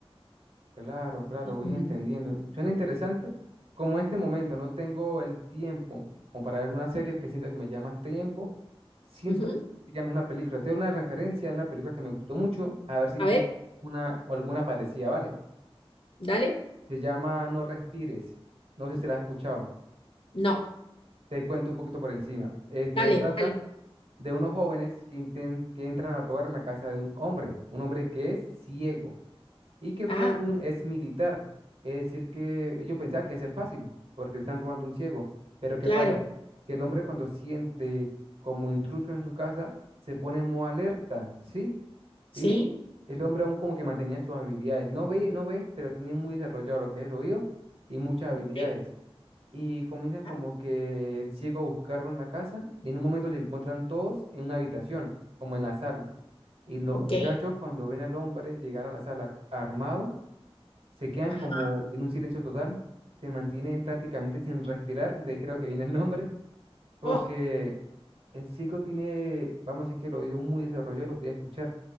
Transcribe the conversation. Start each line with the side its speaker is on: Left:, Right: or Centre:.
Right: Claro, claro, voy
Left: Mm,
Right: entendiendo. Suena interesante. Como en este momento no tengo el tiempo como para ver una serie que siento que me llama más tiempo, siento
Left: ujú.
Right: que es una película. Tengo una referencia de una película que me gustó mucho, a ver si
Left: A
Right: tiene
Left: ver,
Right: una o alguna parecida, ¿vale?
Left: dale.
Right: Se llama No Respires. No sé si la has escuchado.
Left: No,
Right: Te cuento un poquito por encima. Este
Left: dale,
Right: se trata
Left: dale.
Right: de unos jóvenes que, inten- que entran a robar en la casa de un hombre, un hombre que es ciego. y que fue
Left: Ah,
Right: un ex militar. Es decir, que yo pensaba que iba a ser fácil, porque le están robando un ciego. Pero ¿qué
Left: claro,
Right: pasa? Que el hombre cuando siente como intruso en su casa, se pone en modo alerta, ¿sí?
Left: sí.
Right: Y el hombre aún como que mantenía sus habilidades. No ve, no ve, pero tiene muy desarrollado lo que es el oído y muchas habilidades.
Left: Ok.
Right: Y comienzan como
Left: ajá,
Right: que el ciego a buscarlo en la casa y en un momento se encuentran todos en una habitación, como en la sala. Y los
Left: ok,
Right: muchachos cuando ven al hombre llegar a la sala armado, se quedan
Left: ajá.
Right: como en un silencio total, se mantienen prácticamente sin respirar, de ahí creo que viene el nombre, porque
Left: Oh,
Right: el ciego tiene, vamos a decir que el oído muy desarrollado, lo podía escuchar.